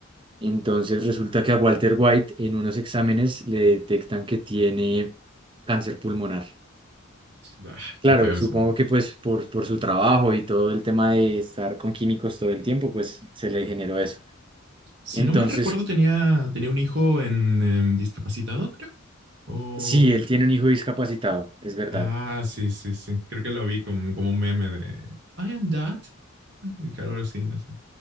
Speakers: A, on the right; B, on the right.
A: Entonces resulta que a Walter White en unos exámenes le detectan que tiene cáncer pulmonar.
B: Ay,
A: Claro,
B: qué feo
A: supongo
B: esa, weá.
A: que pues por, por su trabajo y todo el tema de estar con químicos todo el tiempo, pues se le generó eso.
B: Si
A: Entonces,
B: no mal recuerdo, tenía, tenía un hijo en, em, discapacitado, creo. O.
A: sí, él tiene un hijo discapacitado, es verdad.
B: Ah, sí, sí, sí. Creo que lo vi como, como un meme de I am that. Ay, claro, ahora sí, no sé.